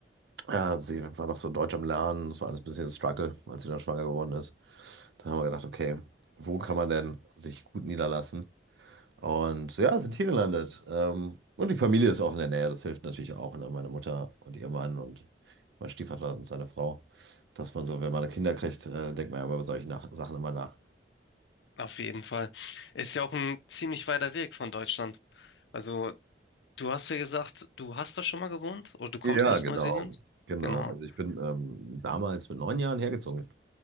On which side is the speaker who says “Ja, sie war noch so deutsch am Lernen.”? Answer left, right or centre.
Right